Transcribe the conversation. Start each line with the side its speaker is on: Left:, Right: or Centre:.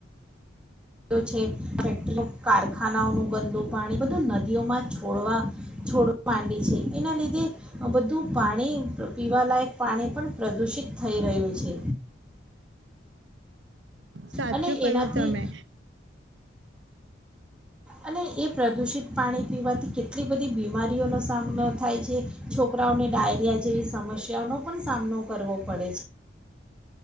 Centre: છે ફેક્ટરી કારખાનાઓનું ગંદું પાણી બધું નદીઓમાં છોડવા છોડવા માંડી છે એના લીધે બધું પાણી પી પીવાલાયક પાણી પણ પ્રદુષિત થઈ રહ્યું છે.
Right: સાચું
Centre: અને
Right: કય્યું
Centre: એનાથી
Right: તમે.
Centre: અને એ પ્રદૂષિત પાણી પીવાથી કેટલી બધી બીમારીઓનો સામનો થાય છે છોકરાઓને ડાયરિયા જેવી સમસ્યાઓનો પણ સામનો કરવો પડે છે.